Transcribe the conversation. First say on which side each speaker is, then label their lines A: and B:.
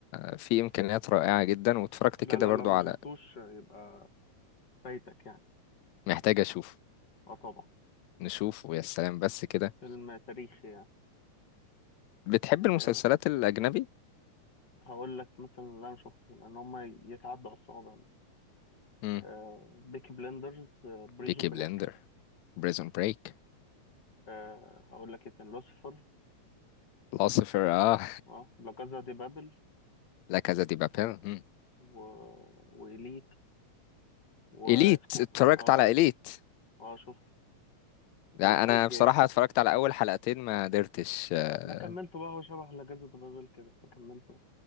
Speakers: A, on the left; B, on the left.
A: آه، في امكانيات رائعة جدا واتفرجت
B: لا
A: كده
B: لا
A: برضو
B: لو ما
A: على
B: شفتوش يبقى فايتك يعني
A: محتاج اشوف
B: اه طبعا
A: نشوف ويا سلام بس كده
B: فيلم تاريخي يعني
A: بتحب
B: آه
A: المسلسلات الاجنبي
B: هقول لك مثلا اللي انا شفته لان هما يتعدوا على الصوابع
A: امم
B: آه بيكي بلندرز آه بريزون
A: بيكي
B: بريك
A: بلندر بريزون بريك
B: آه هقول لك ايه تاني لوسيفر
A: العاصفر اه
B: اه لا كازا دي بابل
A: لا كازا دي بابيل
B: و... وإليت وسكو
A: إليت اتفرجت
B: اه
A: على إليت
B: اه شفت وسكوت
A: لا أنا
B: جيم
A: بصراحة اتفرجت على أول حلقتين ما قدرتش آه,
B: انا كملته بقى هو شبه لا كازا دي بابل كده فكملته